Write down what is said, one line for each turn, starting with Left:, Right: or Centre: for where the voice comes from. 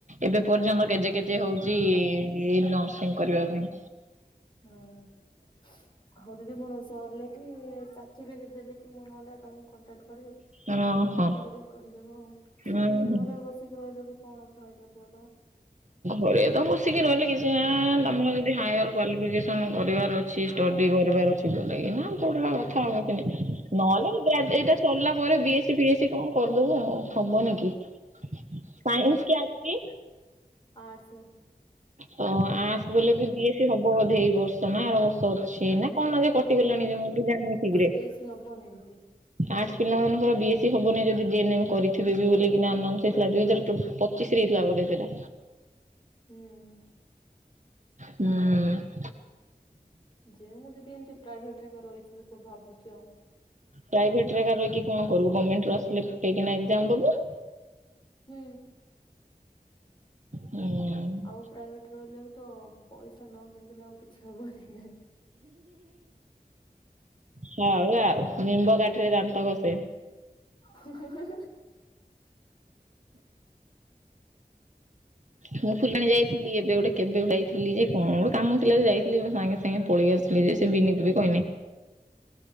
Right: ଏବେ ପର୍ଯ୍ୟନ୍ତ କେଜେ କେଜେ ହଉଛି ନର୍ସିଂ କରିବା ପାଇଁ।
Left: ହଁ। ହଉ ଦିଦି ମୋର ସରିଲେ କି ସାର୍ଟିଫିକେଟ ଦେଲେ କି ମୁଁ ନହଲେ ତମକୁ କଣ୍ଟାକ୍ଟ କରିବି। ସେ
Right: ଓହୋ
Left: ଦିଦକୁ ଟିକେ କହିଦବ ଆଉ।
Right: ଉଁ
Left: ଏମତି
Right: ହୁଁ।
Left: ଘରେ ବସିକି ରହିଲେ ବି କଣ ଖାଇଦା କୁହ ତ?
Right: ଘରେ ତ ବସିକି ରହିଲେ କିଛିଁ ତମର ଯଦ ହାୟାର କାଲିଫିକେସନ କରିବାର ଅଛି ଷ୍ଟଡି କରିବାର ଅଛି ବୋଲେ କିନା ପଢ଼ବା କଥା ଆଉ କିଛି ନାଇ। ନହେଲେ ଏଇଟା ସରିଲା ପରେ ବିଏସ୍ ସି ଫିଏସ୍ ସ କଣ କରିଦବୁ ଆଉ। ହବନି କି? ସାଇନ୍ସ କି ଅଜି?
Left: ଆର୍ଟସ୍।
Right: ତ ଆର୍ଟସ୍ ବଲେ ବି ବିଏ ସ ହବ ବୋଧେ ବର୍ଷ ନା ଆର ବର୍ଷ ଅଛି ନା କଣ ନା ଯେ ଟି ଗଲାଣି ଯେ ମୁଁ ବି ଜାଣିନି ଠିକ୍ ରେ।
Left: ବେଶୀ ହବନି ଏମତି
Right: ଆର୍ଟସ୍ ପିଲାମାନଙ୍କର ବି ଏସ୍ ସି ହବନି ଯଦି ଜି ଏନ୍ ଏମ୍ କରିିଥିବେ ବି ବୋଲିକିନା ନନ୍ସ ହେଇଥିଲା ଦୁଇ ହଜାର ଚ ପ ଚିଶ୍ ରେ ହେଇଥିଲା ବୋଧେ ସେଟା।
Left: ହୁଁ।
Right: ହୁଁ।
Left: ଯେ ମୁଁ ଦିଦି ଏମିତି ପ୍ରାଇଭେଟରେ ଏକା ରହିଛିି କ ଭାବୁଛି ଆଉ।
Right: ପ୍ରାଇଭେଟରେ ରହିକି କଣ କରିବୁ? ଗଭର୍ଣ୍ଣମେଣ୍ଟ ର ଆସିଲେ ପକେଇ କିନା ଏକ୍ଜାମ ଦବୁ।
Left: ହୁଁ।
Right: ହୁଁ
Left: ଆଉ ପ୍ରାଇଭେଟ୍ ରହିଲେ ବି ତ ପଇସା ନ ଗେଞ୍ଜିଲେ ଆଉ କିଛି ହବନି।
Right: ହଉ ଆଉ ନିମ୍ବ କାଠିରେ ଦାନ୍ତ ଘଷେ।
Left: ହଁଁ ହଁ ହଁ
Right: ମୁଁ ଫୁଲାଣି ଯାଇଥିଲି ଏବେ ଗୋଟେ କେବେ ଯାଇଥିଲି ଯେ କଣ ଗୋଟେ କାମ ଥିଲା ଯେ ଯାଇଥିଲି ମୋ ସାଙ୍ଗେ ସାଙ୍ଗେ ସାଙ୍ଗେ ପଳେଇ ଆସିବି ଯେ ସେ ବିିନିକୁ ବି କହିନାହିଁ।